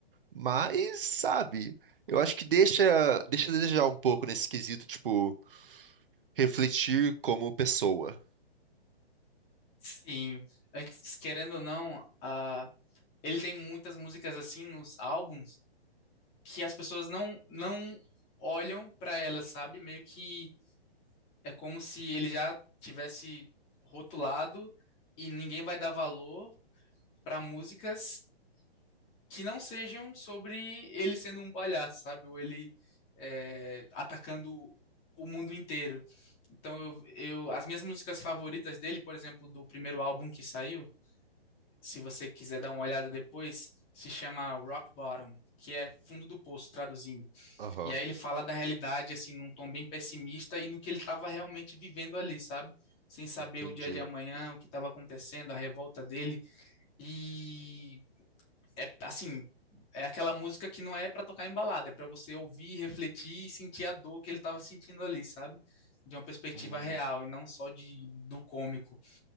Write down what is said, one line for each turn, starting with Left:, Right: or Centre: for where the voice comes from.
Right: Mas, sabe, eu acho que deixa, deixa a desejar um pouco nesse quesito, tipo, refletir como pessoa.
Left: sim, é que, querendo ou não, a ele tem muitas músicas assim nos álbuns que as pessoas não não olham para elas, sabe? Meio que é como se ele já tivesse rotulado e ninguém vai dar valor para músicas que não sejam sobre ele sendo um palhaço, sabe? Ou ele é, atacando o mundo inteiro. Então, eu, eu, as minhas músicas favoritas dele, por exemplo, do primeiro álbum que saiu, se você quiser dar uma olhada depois, se chama Rock Bottom, que é fundo do poço, traduzindo.
Right: Aham,
Left: E aí ele fala da realidade, assim, num tom bem pessimista e no que ele estava realmente vivendo ali, sabe? Sem saber
Right: entendi.
Left: o dia de amanhã, o que estava acontecendo, a revolta dele. E é assim, é aquela música que não é para tocar em balada, é para você ouvir, refletir e sentir a dor que ele estava sentindo ali, sabe? De uma perspectiva
Right: Hum,
Left: real e não só de do cômico.